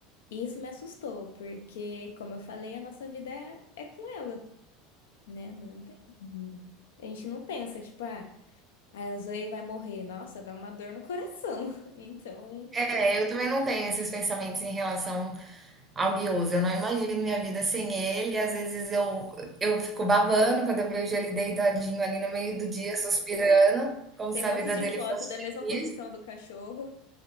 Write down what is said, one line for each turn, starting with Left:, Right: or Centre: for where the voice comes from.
Left: E isso me assustou, porque, como eu falei, a nossa vida é, é com ela, né? Não tem. A gente não pensa, tipo, ah, a Zoe vai morrer. Nossa, dá uma dor no coração. <laughs> Então,
Right: É, eu também não tenho esses pensamentos em relação ao guioso. Eu não imagino minha vida sem ele. Às vezes eu, eu fico babando quando eu vejo ele deitadinho ali no meio do dia, suspirando, como
Left: tem
Right: se
Left: um
Right: a
Left: monte
Right: vida
Left: de
Right: dele
Left: foto
Right: fosse
Left: da mesma
Right: feliz.
Left: posição do cachorro.